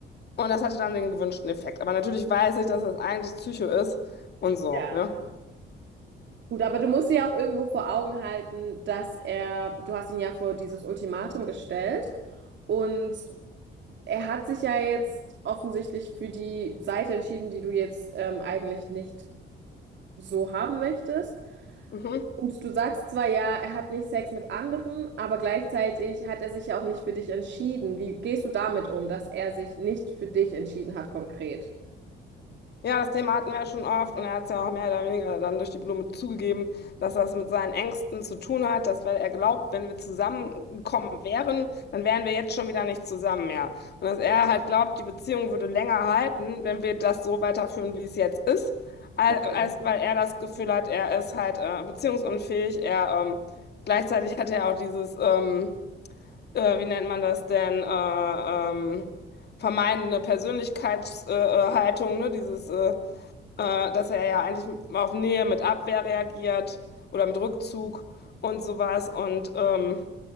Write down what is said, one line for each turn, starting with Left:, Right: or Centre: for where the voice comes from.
Left: Und das hatte dann den gewünschten Effekt. Aber natürlich weiß ich, dass das eigentlich Psycho ist und so.
Right: Ja.
Left: Ne?
Right: Gut, aber du musst dir ja auch irgendwo vor Augen halten, dass er, du hast ihn ja vor dieses Ultimatum gestellt und er hat sich ja jetzt offensichtlich für die Seite entschieden, die du jetzt ähm, eigentlich nicht so haben möchtest.
Left: Mhm.
Right: Und du sagst zwar ja, er hat nicht Sex mit anderen, aber gleichzeitig hat er sich ja auch nicht für dich entschieden. Wie gehst du damit um, dass er sich nicht für dich entschieden hat konkret?
Left: Ja, das Thema hatten wir ja schon oft und er hat es ja auch mehr oder weniger dann durch die Blume zugegeben, dass das mit seinen Ängsten zu tun hat, dass weil er glaubt, wenn wir zusammengekommen wären, dann wären wir jetzt schon wieder nicht zusammen mehr. Und dass er halt glaubt, die Beziehung würde länger halten, wenn wir das so weiterführen, wie es jetzt ist, al-
Right: Okay.
Left: als weil er das Gefühl hat, er ist halt äh, beziehungsunfähig. Er ähm, gleichzeitig hat er auch dieses, ähm, äh, wie nennt man das denn, äh, ähm, vermeidende Persönlichkeitshaltung, äh, äh, Haltung, ne? Dieses äh, äh, dass er ja eigentlich auf Nähe mit Abwehr reagiert oder mit Rückzug und sowas. Und ähm,